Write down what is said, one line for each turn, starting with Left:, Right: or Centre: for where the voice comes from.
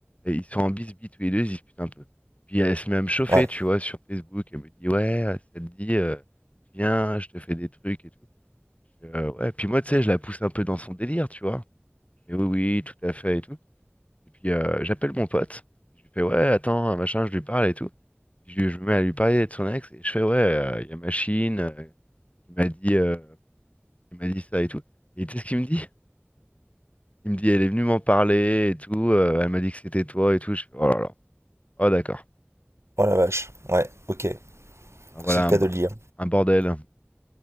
Left: et ils sont en bisbis tous les deux, ils se disputent un peu. Puis, elle se met à me chauffer,
Right: Ouais.
Left: tu vois, sur Facebook. Elle me dit, ouais, euh, ça te dit, euh, viens, je te fais des trucs et tout. Euh, ouais, puis moi, tu sais, je la pousse un peu dans son délire, tu vois. Et oui, oui, tout à fait et tout. Et puis, euh, j'appelle mon pote. Je lui fais, ouais, attends, machin, je lui parle et tout. Je, je me mets à lui parler de son ex et je fais ouais, euh, il y a machine, euh, il m'a dit, euh, il m'a dit ça et tout. Et tu sais ce qu'il me dit? Il me dit elle est venue m'en parler et tout, euh, elle m'a dit que c'était toi et tout. Je fais oh là là, oh d'accord,
Right: Oh la vache. Ouais, ok.
Left: Ah, voilà
Right: C'est le
Left: un,
Right: cas
Left: ba-
Right: de le dire.
Left: un bordel.